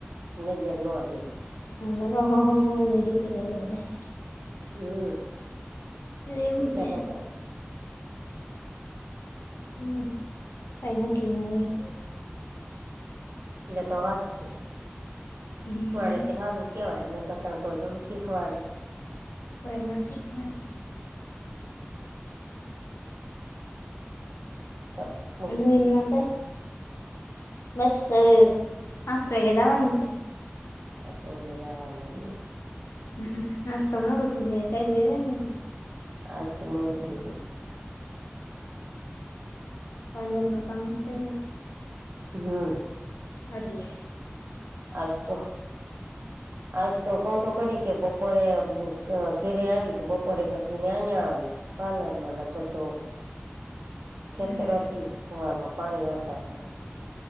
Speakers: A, on the right; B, on the left.
A: નજર ના દે
B: હમમ હમમ એની રીતે કરે બધાય
A: હમ
B: એવું
A: એટલે
B: છે
A: તો
B: હમ કઈ નક્કી ન હોય
A: એટલે તો વાત છે
B: હમ
A: શીખવાડે તે સારું છે કહેવાય એ ન ઘટાણ કોઈ થોડું શીખવાડે
B: કોઈ નજીકમાં
A: ત <inaudible>
B: નવીનમાં કઈ બસ પાંચ વાગે જવાનું છે.
A: પાંચ વાગ્યે જવાનું એમ
B: હમ હસ તો મોડું થઈ જાય સાહેબ એવા નહ
A: આતું મોડું થઈ ગ
B: પાલર્રનું કામ છે.
A: હમ
B: એટલે
A: આજ તો આજ તો કવ તો કરી કે બપોરે ઘરે આવી બપોરે પછીને અહીયાં આવી. પાર્લરમાં ન કરતો.
B: <inaudible>
A: ખેતરે
B: હમ
A: હતી સવારમાં પાણી સારતા હતાં.